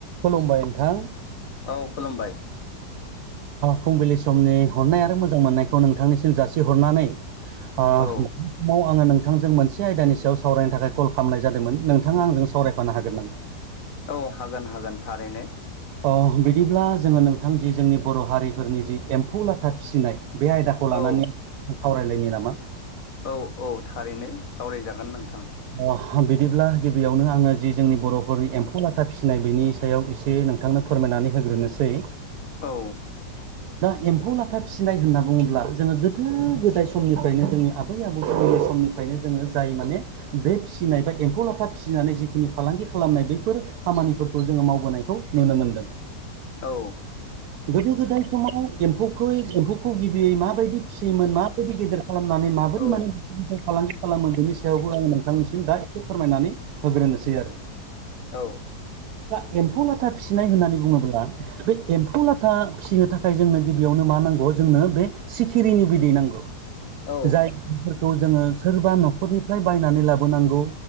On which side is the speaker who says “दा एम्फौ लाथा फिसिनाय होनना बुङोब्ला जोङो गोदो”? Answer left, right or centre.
Right